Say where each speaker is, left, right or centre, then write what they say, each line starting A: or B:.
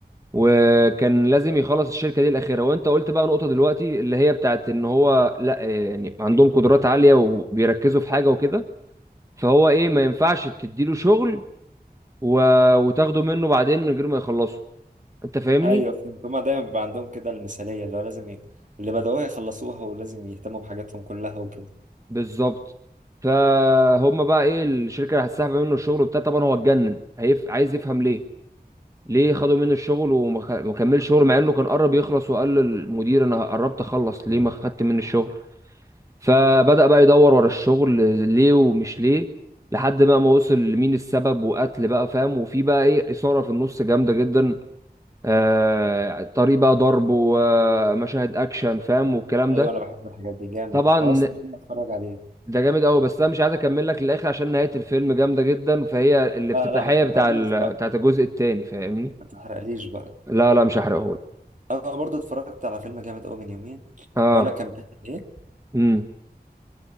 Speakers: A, on the right (about 20°); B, on the right (about 50°).
A: وكان لازم يخلص الشركه دي الاخيره وانت قلت بقى نقطه دلوقتي اللي هي بتاعت ان هو لا آه، يعني عندهم قدرات عاليه وبيركزوا في حاجه وكده فهو ايه ما ينفعش تديله شغل و... وتاخده منه بعدين من غير ما يخلصه انت فاهمني
B: ايوه فهمت هما دايما بيبقى عندهم كده المثالية اللي هو لازم ي... اللي بدأوها يخلصوها ولازم يهتموا بحاجاتهم كلها وكده
A: بالظبط فهم بقى ايه الشركه اللي هتسحب منه الشغل وبتاع طبعا هو اتجنن هيف... عايز يفهم ليه ليه خدوا منه الشغل وما خ- ما كملش شغل مع انه كان قرب يخلص وقال للمدير انا قربت اخلص ليه ما خدت مني الشغل فبدأ بقى يدور ورا الشغل ليه ومش ليه لحد بقى ما وصل لمين السبب وقتل بقى فاهم وفي بقى ايه إثارة في النص جامدة جدا آه طريق بقى ضرب ومشاهد اكشن فاهم والكلام
B: ايوه
A: ده
B: انا بحب الحاجات دي جامد
A: طبعا
B: خلاص ممكن اتفرج عليه
A: ده جامد قوي بس انا مش عايز اكمل لك للاخر عشان نهاية الفيلم جامدة جدا فهي الافتتاحية
B: لا لا ما تحرقليش
A: بتاع ال...
B: بقى
A: بتاعت الجزء التاني فاهمني
B: ما تحرقليش بقى
A: لا لا مش هحرقهولك
B: انا برضو اتفرجت على فيلم جامد قوي من يومين
A: اه
B: اقول لك كان بيحكي عن ايه
A: امم